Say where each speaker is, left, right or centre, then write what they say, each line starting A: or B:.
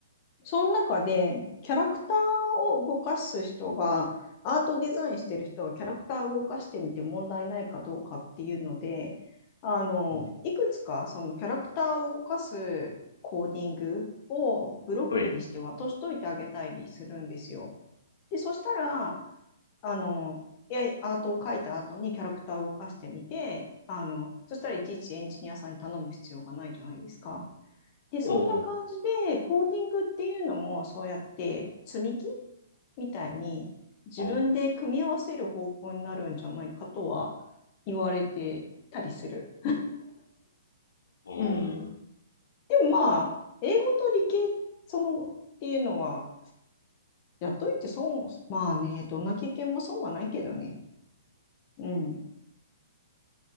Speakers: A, on the left (about 25°); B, on the left (about 80°).
A: その中でキャラクターを動かす人が、アートデザインしてる人がキャラクターを動かしてみて問題ないかどうかっていうので、あの、
B: うん
A: いくつかそのキャラクターを動かすコーディングをブロックにして渡しといてあげたりするんですよ。
B: はい。
A: で、そしたら、あの、いや、アートを描いた後にキャラクターを動かしてみて、あの、そしたらいちいちエンジニアさんに頼む必要がないじゃないですか。で、
B: おー。
A: そんな感じで、コーディングっていうのも、そうやって積み木みたいに自分で組み合わせる方向になるんじゃないかとは
B: おー。
A: 言われてたりする。
B: お
A: うん。
B: ー。
A: でもまあ、英語と理系、その、っていうのは、やっといて損、まあね、どんな経験も損はないけどね。うん。